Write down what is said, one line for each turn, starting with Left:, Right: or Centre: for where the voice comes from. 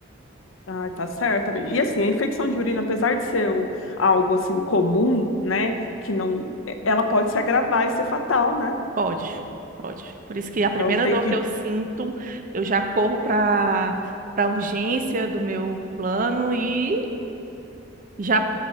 Left: Ah, tá certo, bem. E assim, a infecção de urina, apesar de ser o- algo assim comum, né, que não, é, ela pode se agravar e ser fatal, né?
Right: Pode, pode. Por isso que
Left: Então
Right: a primeira
Left: tem
Right: dor
Left: que.
Right: que eu sinto, eu já corro para para urgência do meu plano e já,